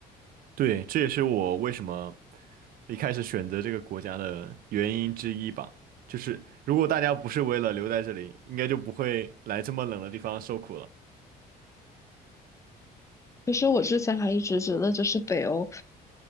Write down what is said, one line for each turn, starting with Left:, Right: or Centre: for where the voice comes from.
Right: 对，这也是我为什么一开始选择这个国家的原因之一吧。就是如果大家不是为了留在这里，应该就不会来这么冷的地方受苦了。
Left: 其实我之前还一直觉得就是北欧